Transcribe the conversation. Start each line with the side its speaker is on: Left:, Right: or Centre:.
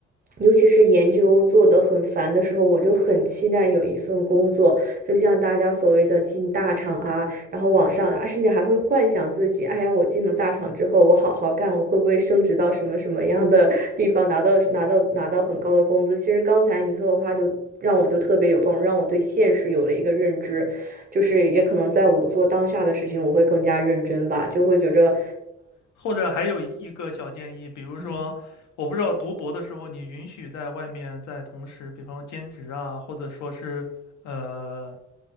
Right: 尤其是研究做得很烦的时候，我就很期待有一份工作，就像大家所谓的进大厂啊，然后往上，啊，甚至还会幻想自己，哎呀，我进了大厂之后，我好好干，我会不会升职到什么什么样的地方，拿到拿到拿到很高的工资？其实刚才您说的话就。让我就特别有帮助，让我对现实有了一个认知，就是也可能在我做当下的事情，我会更加认真吧，就会觉着，
Left: 或者还有一个小建议，比如说，
Right: 嗯
Left: 我不知道读博的时候，你允许在外面在同时，比方说兼职啊，或者说是呃